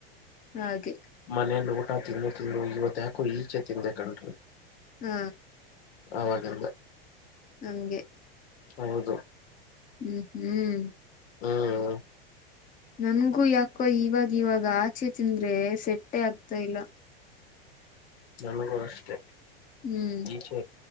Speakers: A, on the left; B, on the left.
A: ಹಾಗೆ.
B: ಮನೆಲ್ಲಿ ಊಟ ತಿಂದು ತಿಂದು ಇವತ್ತು ಯಾಕೋ ಈಚೆ ತಿಂದೆ ಕಣ್ರಿ
A: ಹ್ಮ್
B: ಅವಾಗಿಂದ.
A: ಹಂಗೆ.
B: ಹೌದು.
A: ಹ್ಮ್ ಹ್ಮ್
B: ಹ್ಮ್
A: ನಂಗು ಯಾಕೋ ಇವಾಗ ಇವಾಗ ಆಚೆ ತಿಂದ್ರೆ ಸೆಟ್ಟೆ ಆಗ್ತಾಯಿಲ್ಲ.
B: ನನಗೂ ಅಷ್ಟೆ.
A: ಹ್ಮ್
B: ಈಚೆ